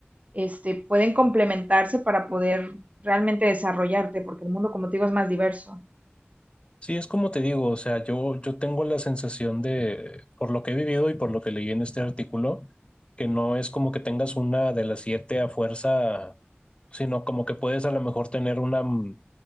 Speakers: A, on the right (about 35°); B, on the left (about 25°).
A: este, pueden complementarse para poder realmente desarrollarte, porque el mundo, como te digo, es más diverso.
B: Sí, es como te digo, o sea, yo, yo tengo la sensación de, por lo que he vivido y por lo que leí en este artículo, que no es como que tengas una de las siete a fuerza, sino como que puedes a lo mejor tener una, mm,